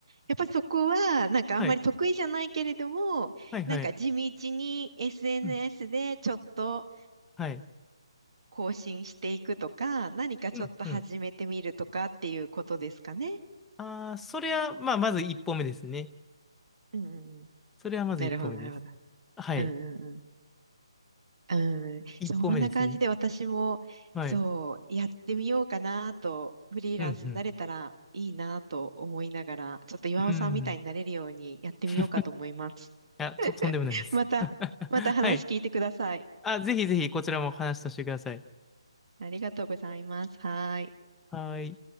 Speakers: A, on the right; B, in the centre.
A: やっぱりそこは、なんかあんまり得意じゃないけれども、
B: はい、はい、
A: なんか地道に
B: はい。
A: SNS
B: うん、
A: でちょっと
B: はい。
A: 更新していくとか、何かちょっと始めてみるとかっていうことですかね。
B: うん、うん。ああ、それは、まあ、まず一歩目ですね。
A: うん、うん、うん。
B: それはまず一歩目です。
A: なるほど、なるほど。
B: はい。
A: うん、うん、うん。うん、
B: 一歩目ですね。
A: そんな感じで私も、
B: はい。
A: そう、やってみようかなと、フリーランスになれたらいいなと思いながら、
B: うん、
A: ちょっと岩尾さんみたいになれるようにやってみようかと思います。
B: うん。うん。<laughs> いや、と、とんでもないです。
A: <laughs> また、
B: <laughs>
A: また話聞いてください。
B: はい。あ、ぜひぜひ、こちらも話させてください。
A: ありがとうございます。はーい。
B: はい。